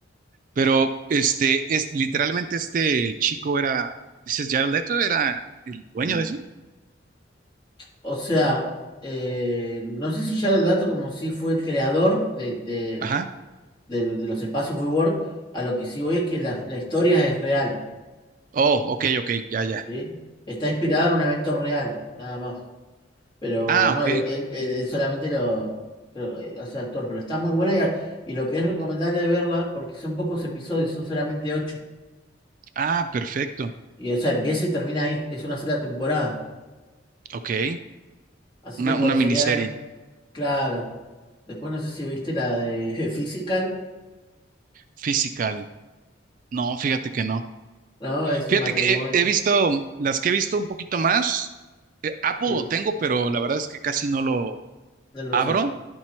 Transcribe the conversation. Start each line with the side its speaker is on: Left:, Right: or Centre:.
Right: Pero este, es literalmente este chico era, dices, Jared Leto era el dueño
Left: ¿sí?
Right: de eso.
Left: O sea, eh, no sé si ya el dato como si fue el creador de, de-
Right: Ajá.
Left: de- de los espacios WeWork, a lo que sí voy es que la, la historia es real,
Right: Oh, ok, ok, ya, ya.
Left: ¿sí? Está inspirada en un evento real, nada más. Pero
Right: Ah,
Left: no,
Right: ok.
Left: él, él- él
Right: Mm,
Left: solamente lo creo, eh, hace actor, pero está muy buena y, a- y lo que es recomendable de verla, porque son pocos episodios, son solamente ocho.
Right: Ah, perfecto.
Left: Y o sea, empieza y termina ahí, es una sola temporada.
Right: Ok.
Left: Así
Right: Una,
Left: que por
Right: una
Left: sería
Right: miniserie.
Left: algo. Claro. Después no sé si viste la de <laughs> Physical,
Right: Physical. No, fíjate que no.
Left: ¿no? Es
Right: Fíjate
Left: un matrimonio.
Right: que he, he visto, las que he visto un poquito más, eh, Apple
Left: Sí,
Right: lo tengo, pero la verdad es que casi no lo
Left: no lo
Right: abro,
Left: usas.